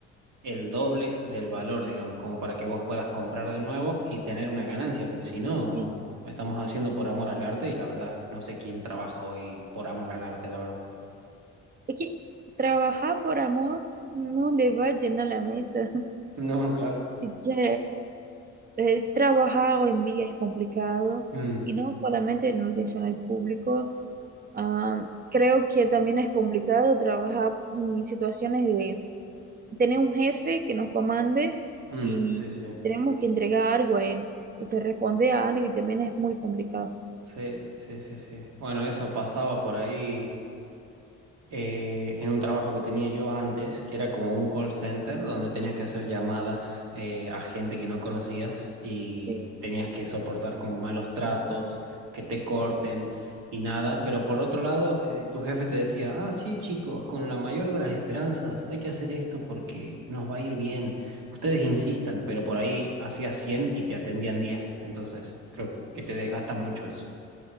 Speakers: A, on the right; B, on the right.
A: el doble del valor, digamos, como para que vos puedas comprar de nuevo y tener una ganancia, porque si no,
B: Sí.
A: estamos haciendo por amor al arte y la verdad, no sé quién trabaja hoy por amor al arte, la verdad.
B: Es que trabajar por amor no le va a llenar la mesa.
A: <laughs> No, claro.
B: <laughs> Ya, El trabajar hoy en día es complicado
A: Mm,
B: y no solamente en el personal público. ah, creo que también es complicado trabajar en situaciones de tener un jefe que nos comande
A: mm,
B: y
A: sí, sí.
B: tenemos que entregar algo a él. Entonces responde a algo que también es muy complicado.
A: Sí, sí, sí, sí. Bueno, eso pasaba por ahí. eh, en un trabajo que tenía yo antes, que era como un call center donde tenías que hacer llamadas eh, a gente que no conocías y
B: Sí,
A: tenías que soportar como malos tratos, que te corten y nada. Pero por otro lado, eh, tu jefe te decía, ah, sí, chicos, con la mayor de las esperanzas, hay que hacer esto porque nos va a ir bien. Ustedes insistan, pero por ahí hacías 100 y te atendían 10. Entonces, creo que te desgasta mucho eso.